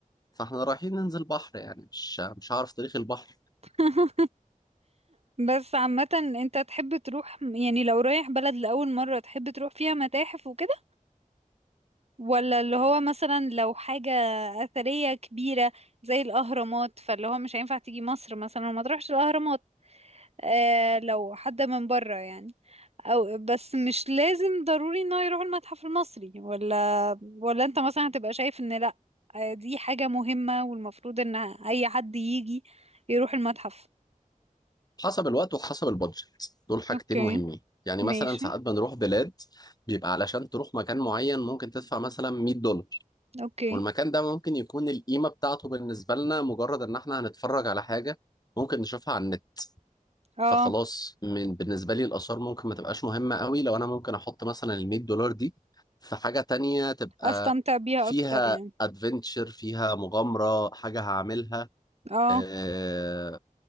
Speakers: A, on the left; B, on the right.
A: فاحنا رايحين ننزل بحر يعني مش مش هعرف تاريخ البحر
B: <laughs> بس عامة انت تحب تروح يعني لو رايح بلد لأول مرة تحب تروح فيها متاحف وكده ولا اللي هو مثلا لو حاجة أثرية كبيرة زي الأهرامات فاللي هو مش هينفع تيجي مصر مثلا وما تروحش الأهرامات آه لو حد من بره يعني أو بس مش لازم ضروري انه يروح المتحف المصري ولا ولا انت مثلا هتبقى شايف ان لأ آه، دي حاجة مهمة والمفروض ان أي حد يجي يروح المتحف
A: حسب الوقت وحسب البادجت دول حاجتين
B: اوكي
A: مهمين يعني
B: ماشي
A: مثلا ساعات بنروح بلاد بيبقى علشان تروح مكان معين ممكن تدفع مثلا 100 دولار
B: اوكي
A: والمكان ده ممكن يكون القيمة بتاعته بالنسبة لنا مجرد ان احنا هنتفرج على حاجة ممكن نشوفها على النت
B: اه
A: فخلاص من بالنسبة لي الآثار ممكن ما تبقاش مهمة قوي لو أنا ممكن أحط مثلا ال 100 دولار دي في حاجة تانية تبقى
B: استمتع بيها
A: فيها
B: اكتر يعني
A: ادفنتشر فيها مغامرة حاجة هعملها
B: اه
A: آه